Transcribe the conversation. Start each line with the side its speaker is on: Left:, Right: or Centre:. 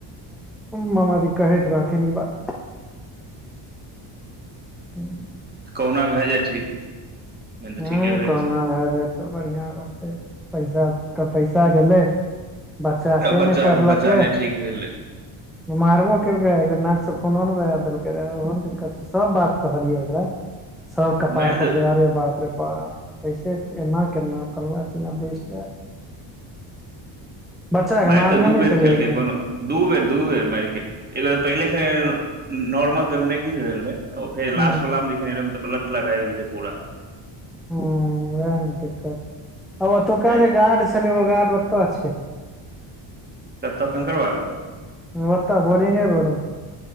Centre: मामाजी कहैत रहथिन ई बात हूँ <unintelligible> <inaudible>
Right: कहुना भए जाए ठीक मेन तऽ
Centre: ह
Right: ठीके होइ
Centre: कहना
Right: छै
Centre: भए जायतऽ बढ़िआँ रहतै पैसा कर पैसा गेलै बच्चा
Right: तऽ
Centre: से
Right: बच्चाके
Centre: नहि पढ़लकै
Right: बच्चा नहि ठीक <inaudible> <inaudible>
Centre: मारबो केलकै एक नाक से खूनो ने बहा देलकै रह ओहो दिक्कत छै सब बात कहलियै एकरा
Right: <inaudible> <inaudible>
Centre: सब कपार
Right: मारि
Centre: पकड़े
Right: तऽ
Centre: आरे बाप रे बाप एसे एना केना फलना चिलना बेस्ट बच्चाक
Right: मारि
Centre: के मारने
Right: तऽ दू
Centre: नहि
Right: बेर
Centre: छलै
Right: खेलकै
Centre: एकदिन
Right: कोनो दू बेर दू बेर मैर खेलकै पहिले नॉर्मल तऽनै किछ भेल रहे ओ फेर
Centre: ह
Right: लास्ट वला मे जखन ए ब्लड तलड आब गेल रहै पूरा
Centre: ह ओएह ने दिक्कत छै आ ओतुका
Right: हे
Centre: जे गार्ड छलै ओ गार्ड ओत छै
Right: कत्त खंकरबायू
Centre: ओत बोरिंगे रोड मे